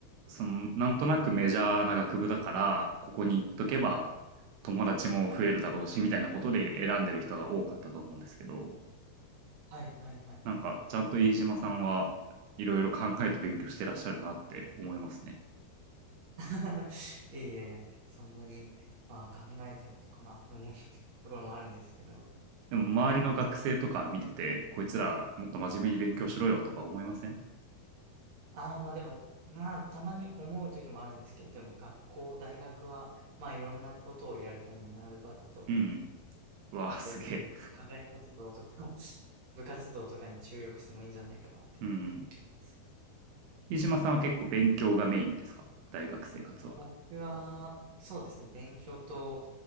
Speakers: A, on the right; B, on the right.
A: その、なんとなくメジャーな学部だから、ここに行っとけば
B: はい、
A: 友達も増えるだろうし、みたいなことで選んでる人が多かったと思うんですけど、
B: はい、はい、はい。
A: なんか、
B: はい
A: ちゃんと飯島さんはいろいろ考えて勉強してらっしゃるなって思いますね。
B: <laughs> いやいやいや、そんなに、まあ考えてるのかなって思う <laughs> ところもあるんですけど、
A: でも、周りの学生とか見てて、
B: まあま
A: こいつらもっと真面目に勉強しろよとか思いません
B: あ、ああ、まあでも、まあたまに思う時もあるんですけど、でも学校、大学は、まあいろんなことをやるためにある場だと
A: うん。うわ、
B: 思ってるので、
A: すげえ。
B: 課外活動とか <laughs> 部活動とかに注力してもいいんじゃないかなって思ってます。
A: うん。飯島さんは結構勉強がメインですか大学生活は。
B: 僕は、そうですね、勉強と、